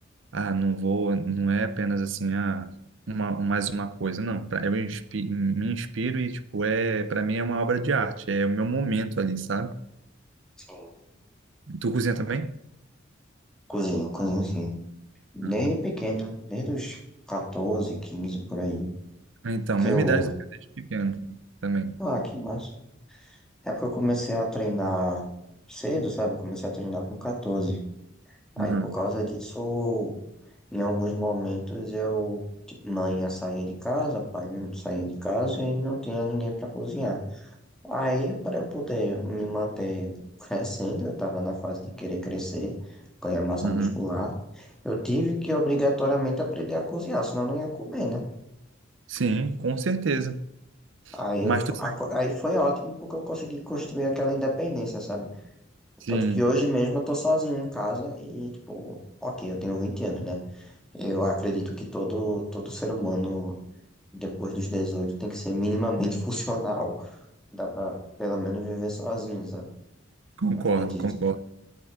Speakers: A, on the right; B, in the centre.
A: Ah, não vou, não é apenas assim, ah, uma, mais uma coisa, não. Pra, eu inspi- me inspiro e, tipo, é, para mim é uma obra de arte, é o meu momento ali, sabe?
B: Sim.
A: Tu cozinha também?
B: Cozinho, cozinho sim. Desde
A: Ah,
B: pequeno, desde os 14 15 por aí.
A: Então,
B: Porque
A: mesma
B: eu.
A: idade do que eu desde pequeno também.
B: Ah, que massa. É porque eu comecei a treinar cedo, sabe? Eu comecei a treinar com catorze Aí
A: Aham.
B: por causa disso Em alguns momentos eu, ti- mãe saía de casa, pai saía de casa e não tinha ninguém para cozinhar. Aí, para eu poder me manter crescendo, eu estava na fase de querer crescer, ganhar massa
A: Uhum.
B: muscular, eu tive que obrigatoriamente aprender a cozinhar, senão eu não ia comer, né?
A: Sim, com certeza.
B: Aí,
A: Mas
B: eu, f-
A: tu sai-
B: a co- aí foi ótimo porque eu consegui construir aquela independência, sabe?
A: sim,
B: Tanto que hoje mesmo eu tô sozinho em casa e, tipo, ok, eu tenho 20 anos, né? Eu acredito que todo, todo ser humano depois dos 18 tem que ser minimamente <laughs> funcional. Dá pra pelo menos viver sozinho, sabe?
A: concordo,
B: Acredito.
A: concordo.